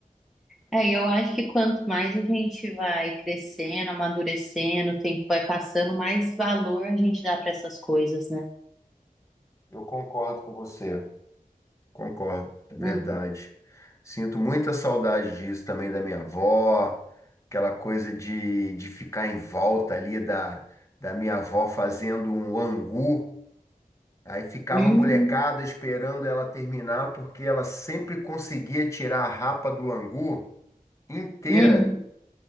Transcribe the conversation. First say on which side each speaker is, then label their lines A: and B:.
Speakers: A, in the centre; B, on the left.
A: É, e eu acho que quanto mais a gente vai crescendo, amadurecendo, o tempo vai passando, mais valor a gente dá para essas coisas, né?
B: Eu concordo com você. Concordo, é verdade.
A: Uhum.
B: Sinto muita saudade disso também da minha avó, aquela coisa de, de ficar em volta ali da, da minha avó fazendo um angu. Aí ficava
A: Hum,
B: a molecada esperando ela terminar, porque ela sempre conseguia tirar a rapa do angu inteira.
A: hum.